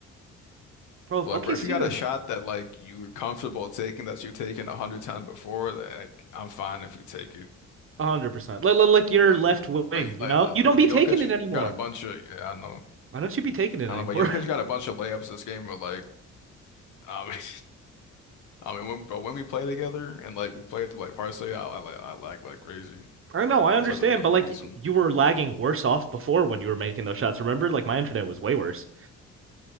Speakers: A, on the right; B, on the left.
A: Bro,
B: Like,
A: okay,
B: bro, if
A: see
B: you got
A: you
B: a shot that like you're comfortable taking that you've taken a hundred times before, like I'm fine if you take it,
A: one hundred percent. Like, like your
B: you know.
A: left wing,
B: Like
A: you
B: like
A: know?
B: like,
A: You
B: like
A: don't
B: like,
A: be
B: Jokic
A: taking it anymore.
B: got a bunch of yeah, I know.
A: Why don't you be taking it
B: I
A: anymore?
B: don't know, but Jokic
A: <laughs>
B: got a bunch of layups this game but like I mean <laughs> I mean when but when we play together and like we play through like Parsley, I, I like I lag like crazy.
A: I know, I understand,
B: That's like the main
A: but like
B: reason.
A: you were lagging worse off before when you were making those shots. Remember, like my internet was way worse.